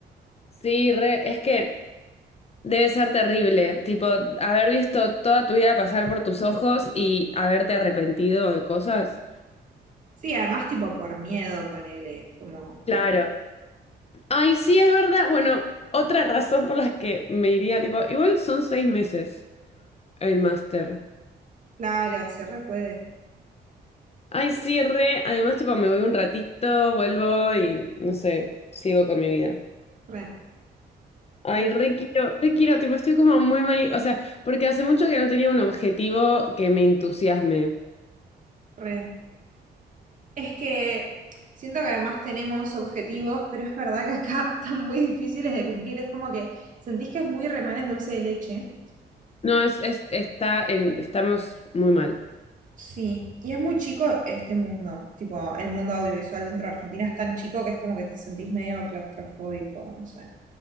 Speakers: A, on the left; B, on the right.
A: Sí, re, es que Debe ser terrible, tipo, haber visto toda tu vida pasar por tus ojos y haberte arrepentido de cosas.
B: Sí, además tipo por miedo, ponele, como,
A: Claro. Ay, sí, es verdad. Bueno, otra razón por las que me iría, tipo, igual son seis meses el máster.
B: claro, se re puede,
A: Ay, sí, re. Además, tipo, me voy un ratito, vuelvo y, no sé, sigo con mi vida.
B: re,
A: Ay,
B: re,
A: re quiero, re quiero, tipo, estoy como muy mal, o sea, porque hace mucho que no tenía un objetivo que me entusiasme.
B: re. Es que siento que además tenemos objetivos, pero es verdad que acá <laughs> están muy difíciles de cumplir, es como que sentís que es muy remar en dulce de leche.
A: No, es, es, está en, estamos muy mal.
B: Sí, y es muy chico este mundo, tipo, el mundo audiovisual dentro de Argentina es tan chico que es como que te sentís medio claustrofóbico, no sé.